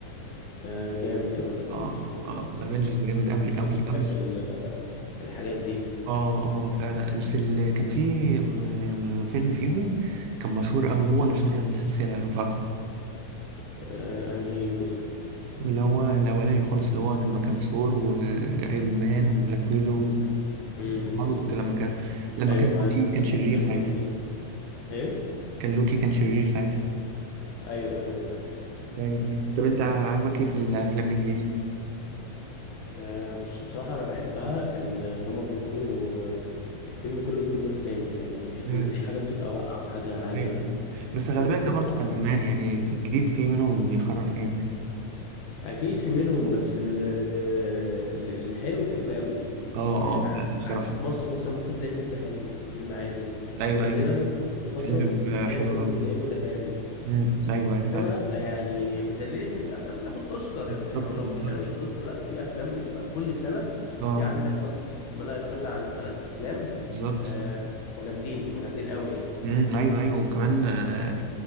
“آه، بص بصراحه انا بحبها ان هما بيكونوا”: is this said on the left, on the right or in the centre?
Left